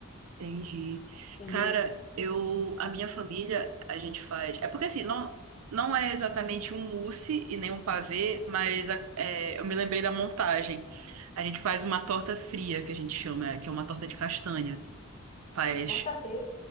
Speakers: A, on the right; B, on the left.
A: entendi.
B: Entendeu?
A: Cara, eu, a minha família, a gente faz. É porque assim, não, não é exatamente um mousse e nem um pavê, mas a- é, eu me lembrei da montagem. A gente faz uma torta fria, que a gente chama, que é uma torta de castanha. Faz
B: Horta frio.